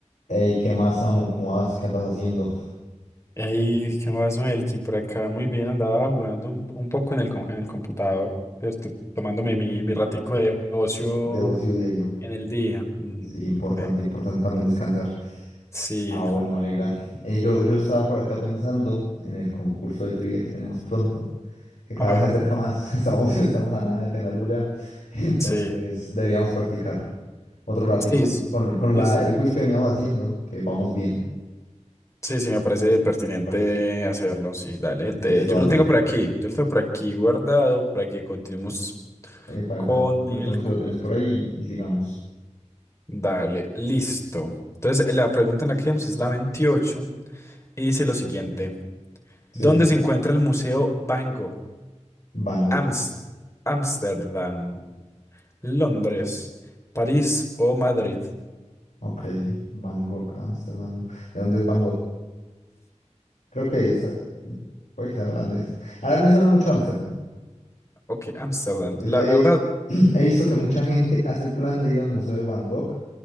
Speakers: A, on the left (about 85°); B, on the left (about 25°).
A: Ey, ¿qué más, amo? ¿Cómo vas? ¿Qué andas haciendo?
B: Ahí, ¿qué más, Melkin? Por acá muy bien, andaba jugando un, un poco en el, co- en el computador, ¿cierto? Tomándome mi, mi ratico de ocio
A: De ocio diario.
B: en el día. Ujú,
A: Sí, importante,
B: ok.
A: importante también descansar.
B: Sí,
A: Ah, bueno, me alegra. Eh, yo, yo estaba por acá pensando en el concurso de trivia que tenemos pronto, que cada
B: ajá,
A: vez se acerca más. <laughs> Estamos, estamos a nada de tenerlo ya. <laughs> Entonces,
B: sí,
A: deberíamos practicar otro ratico
B: sí, es-
A: con, con
B: sí,
A: la,
B: sí,
A: el quiz que veníamos haciendo, que vamos bien,
B: sí, sí, me parece pertinente
A: me parece.
B: hacerlo, sí, dale. te-
A: Listo,
B: yo
A: dale.
B: lo tengo por aquí, yo lo tengo por aquí guardado para que continuemos
A: Epa,
B: con
A: epa. Aprovechemos
B: el quiz.
A: que lo tenés por ahí y, y sigamos.
B: Dale, listo. Entonces, la pregunta en la que íbamos es la 28 y dice lo siguiente.
A: Sí,
B: ¿Dónde
A: sí.
B: se encuentra el Museo Van Gogh?
A: Bango.
B: Ams- Ámsterdam, Londres, París o Madrid.
A: Ok, Bangkok, Ámsterdam. ¿De dónde es Bangkok? Creo que
B: Mm,
A: es, puede que sea holandés. Ahora me suena mucho Ámsterdam.
B: Ok, Ámsterdam.
A: Es-
B: La
A: eh,
B: verdad,
A: <clears throat> he visto que mucha gente hace el plan de ir al Museo de Bangkok